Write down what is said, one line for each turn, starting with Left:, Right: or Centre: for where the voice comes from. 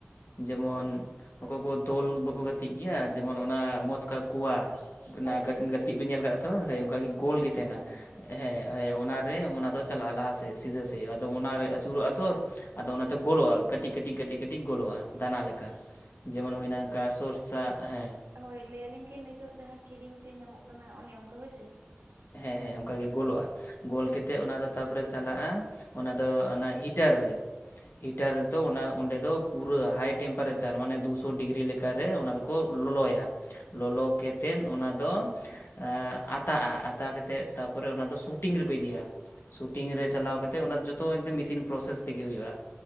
Left: ᱡᱮᱢᱚᱱ ᱚᱠᱚᱭ ᱠᱚ ᱫᱚᱞ ᱵᱟᱠᱚ ᱜᱟᱛᱮᱜ ᱜᱮᱭᱟ ᱡᱮᱢᱚᱱ ᱚᱱᱟ ᱢᱚᱛ ᱠᱟ ᱠᱩᱶᱟ ᱚᱱᱟ
Right: ᱦᱳᱭ
Left: ᱜᱟ...
Right: ᱦᱳᱭ
Left: ᱜᱟᱛᱤᱜ ᱵᱮᱱ ᱧᱮᱞ ᱟᱠᱟᱫ ᱛᱚ ᱦᱳᱭ ᱚᱱᱠᱟ ᱜᱮ ᱜᱚᱞ
Right: ᱦᱮᱸ
Left: ᱜᱮ ᱛᱟᱦᱮᱱᱟ
Right: ᱧᱮᱞ ᱜᱮ
Left: ᱦᱮᱸ ᱦᱟ. ᱭ ᱚᱱᱟ ᱨᱮ ᱚᱱᱟ ᱫᱚ ᱪᱟᱞᱟᱜᱼᱟ ᱞᱟᱦᱟ ᱥᱮᱡ ᱥᱤᱫᱟᱹ ᱥᱮᱡ ᱟᱫᱚ ᱚᱱᱟ ᱨᱮ ᱟᱹᱪᱩᱨᱚᱜᱼᱟ ᱛᱚᱨ ᱟᱫᱚ ᱚᱱᱟᱛᱮ ᱜᱳᱞᱚᱜᱼᱟ ᱠᱟᱹᱴᱤᱡ ᱠᱟᱹᱴᱤᱡ ᱠᱟᱹᱴᱤᱡ ᱠᱟᱹᱴᱤᱡ ᱜᱚᱞᱚᱜᱼᱟ ᱫᱟᱱᱟ ᱞᱮᱠᱟ ᱡᱮᱢᱚᱱ ᱦᱩᱭᱱᱟ ᱚᱱᱠᱟ ᱥᱚᱨᱥᱟ ᱦᱮᱸ
Right: ᱦᱚᱭ ᱞᱟᱹᱭ ᱟᱞᱤᱧ ᱠᱤ ᱱᱤᱛᱚᱜ ᱡᱟᱦᱟᱸ ᱠᱤᱨᱤᱧ ᱛᱮ ᱧᱟᱢᱚᱜ ᱠᱟᱱᱟ ᱚᱱᱮ ᱚᱱᱠᱟ ᱦᱚᱭ ᱥᱮ
Left: ᱦᱮᱸ ᱦᱮᱸ ᱚᱱᱠᱟ ᱜᱮ ᱜᱚᱞᱚᱜᱼᱟ ᱜᱚᱞ ᱠᱟᱛᱮᱫ ᱚᱱᱟ ᱫᱚ ᱛᱟᱨᱯᱚᱨᱮ ᱪᱟᱞᱟᱜᱼᱟ ᱚᱱᱟ ᱫᱚ ᱚᱱᱟ ᱦᱤᱴᱟᱨ ᱨᱮ ᱦᱤᱴᱟᱨ ᱨᱮᱫᱚ ᱚᱱᱟ ᱚᱸᱰᱮ ᱫᱚ ᱯᱩᱨᱟᱹ ᱦᱟᱭ ᱴᱮᱢᱯᱟᱨᱮᱪᱟᱨ ᱢᱟᱱᱮ ᱫᱩ ᱥᱚ ᱰᱤᱜᱽᱨᱤ ᱞᱮᱠ.... ᱠᱟ ᱨᱮ ᱚᱱᱟ ᱫᱚᱠᱚ ᱞᱳᱞᱳᱭᱟ ᱞᱚᱞᱚ ᱠᱟᱛᱮᱫ ᱚᱱᱟ ᱫᱚ ᱮᱸᱻ ᱟᱛᱟᱜᱼᱟ ᱛᱟ ᱠᱟᱛᱮᱫ ᱛᱟᱯᱚᱨᱮ ᱚᱱᱟ ᱫᱚ ᱥᱩᱴᱤᱝ ᱨᱮᱠᱚ ᱤᱫᱤᱭᱟ ᱥᱩᱴᱤᱝ ᱨᱮ ᱪᱟᱞᱟᱣ ᱠᱟᱛᱮ ᱚᱱᱟ ᱡᱚᱛᱚ ᱮᱠᱫᱚᱢ ᱢᱮᱥᱤᱱ ᱯᱨᱚᱥᱮᱥ ᱛᱮᱜᱮ ᱦᱩᱭᱩᱜᱼᱟ